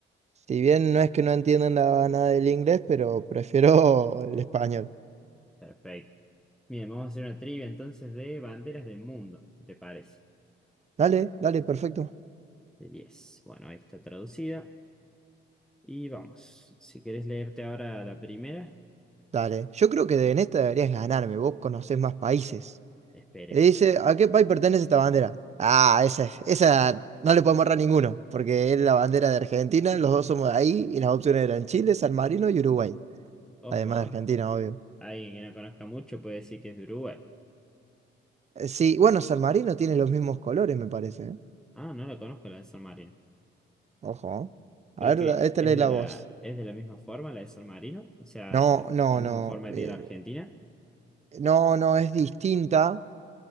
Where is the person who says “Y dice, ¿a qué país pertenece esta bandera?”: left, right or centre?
Right